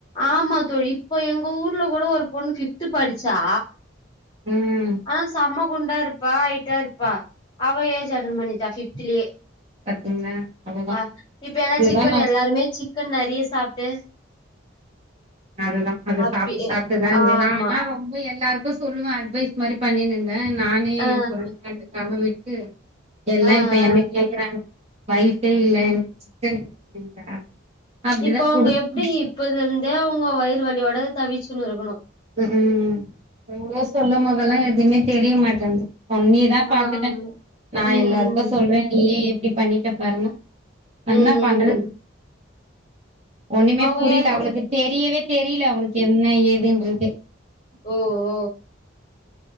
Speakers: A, on the left; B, on the right.
A: ஆமா தோழி இப்போ எங்க ஊர்ல கூடோ ஒரு பொண்ணு ஃபிஃப்த்து படிச்சா
B: ம்
A: ஆனா செம்ம குண்டா இருப்பா ஐட்டா இருப்பா அவ ஏஜ் அட்டன் பண்ணிட்டா ஃபிஃப்த்துலியே
B: பாத்தீங்களா அதுதா
A: ஆ இப்ப எல்லா
B: இதுதா
A: சிக்கன்
B: நா
A: எல்லாருமே சிக்கன் நறிய சாப்ட்டு
B: அதுதா அது
A: அப்டி
B: சாப்ட்டு சாப்ட்டுதா இந்தே
A: ஆமா
B: நானா ரொம்ப எல்லாருக்கு சொல்லுவே அட்வைஸ் மாரி பண்ணிணுந் ர நானே
A: ஆ
B: என் பொண்ணுக்கண்டு காம விட்டு எல்லா
A: ஆ ஆ
B: இப் என்ன கேக்றாங் வய்சே இல்ல சிக்கன் <inaudible> அப்டிதா
A: இப்ப அவ்ங்க
B: குடுத்
A: எப்டி இப்பதுருந்தே அவ்ங்க வயிறு வலியோட தவிச்சுனு இருக்குணு
B: ம் எவ்ளோ சொல்லும் போதெல்லா எதுவுமே தெரியமாட்டேன்து பன்னி நா பாத்துட்டே
A: ஆமா
B: நா
A: ம் ம்
B: எல்லாருக்கு சொல்றே நீயே எப்டி பண்ணிட்ட பாருனு
A: ம்
B: அன்னா
A: ம்
B: பண்றது ஒண்ணுமே
A: அவங்க
B: புரியுல அவளுக்கு தெரியவே தெரியுல அவளுக்கு என்ன ஏதுன்றதே
A: ஓ ஓ